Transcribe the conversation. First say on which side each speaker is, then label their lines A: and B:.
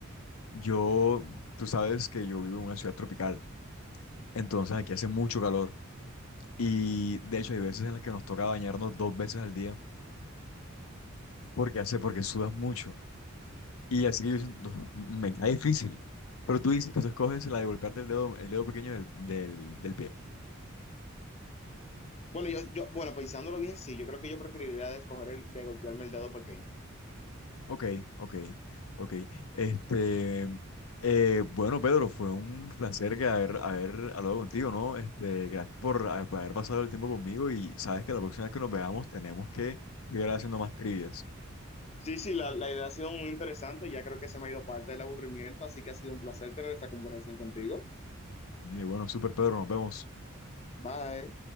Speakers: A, on the left; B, on the left.
A: yo, tú sabes que yo vivo en una ciudad tropical, entonces aquí hace mucho calor y de hecho hay veces en las que nos toca bañarnos dos veces al día porque hace, porque sudas mucho. Y así que yo siento- no, me cae difícil. Pero tú dices que tú escoges la de golpearte el dedo, el dedo pequeño del, del, del pie.
B: Bueno, yo, yo, bueno, pensándolo bien, sí, yo creo que yo preferiría de escoger el de golpearme el dedo pequeño.
A: Ok, ok, ok. Este, eh, bueno, Pedro, fue un placer que haber, haber hablado contigo, ¿no? Este, gracias por, ha- por haber pasado el tiempo conmigo y sabes que la próxima vez que nos veamos tenemos que ir haciendo más trivias.
B: Sí, sí, la, la idea ha sido muy interesante. Ya creo que se me ha ido parte del aburrimiento, así que ha sido un placer tener esta conversación contigo.
A: Y bueno, super Pedro, nos vemos.
B: Bye.